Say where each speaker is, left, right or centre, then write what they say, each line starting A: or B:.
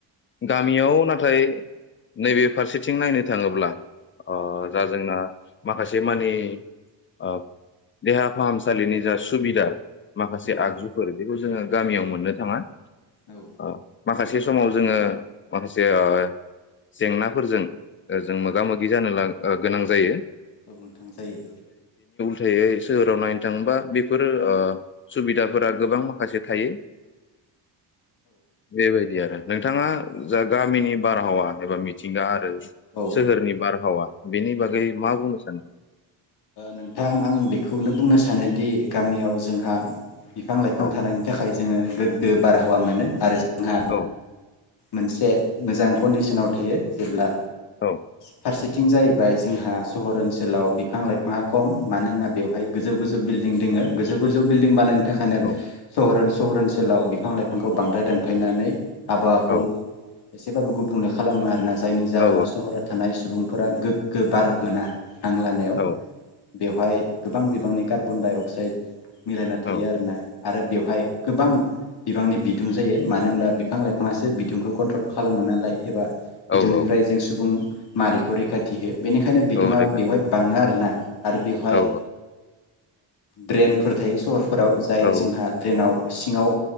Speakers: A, on the left; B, on the left.
A: गामियाव नाथाय नैबे फारसेथिं नायनो थाङोब्ला अ दा जोंना माखासे मानि ओ देहा फाहामसालिनि जा सुबिदा माखासे
B: औ
A: आगजुफोर बेखौ जोङो गामियाव मोननो थाङा
B: औ
A: ओ माखासे समाव जोङो माखासे ओ जेंनाफोरजों जों मोगा मो गि जानो गोनां जायो
B: औ नोंथां जायो
A: थायै सोहोराव नायनो थाङोबा बेफोर ओ सुबिदाफोरा गोबां माखासे थायो बेबायदि आरो नोंथाङा
B: औ
A: जा गामिनि बारहावा एबा मिथिंगा आरो
B: औ
A: सोहोरनि हावा बेनि बागै मा बुंनो सानो
B: नोंथां आं बेखौ खौनो बुंनो सानोदि गामियाव जोंहा बिफां लाइफां
A: औ
B: थानायनि थाखाय जोङो गोग्गो बारहावा मोनो आरो आोंहा
A: औ
B: मोनसे मोजां कन्डिसनाव थायो जेब्ला
A: औ
B: फारसेथिं जाहैबाय जोंहा सहर ओनसोलाव बिां म <unintelligible> बेवहाय गोजौ गोजौ बिल्डिं गोजौ गोजौ बिल्दिं बानाय थाखाय
A: औ
B: सहर ओनसोलाव बि बिफां लाइफांखौ बांद्राय दानफायनानै आबहाबावाखौ
A: औ
B: एसेबाबो गुबुंले खालामो आरोना जायनि जाहोनाव
A: औ
B: सहराव थानाय सुबुं फोर गोग्गो बार मोना हांलानायाव
A: औ औ <unintelligible>
B: बेवहाय गोबां बिबांनि कार्बन डाइ अक्साइड मिलायना थायो
A: औ
B: आरोना आरो बेवहाय गोबां बिबांनि बिदुं जायो मानो होनबा बिफां लाइफाङासो बिदुंखौ कन्ट्रल खालामो नालाय एबा बिदुंनिफ्राय
A: औ औ
B: जों सुबुं मारैखौ रैखाथि होयो बेनिखायनो बिदुङा
A: औ रैखाथि
B: बेवहाय बाङो आरो आरो बेवहाय
A: औ
B: ड्रेनफोर थायो सहर फोराव जाय
A: औ
B: जोंहा ट्रेनाव सिङाव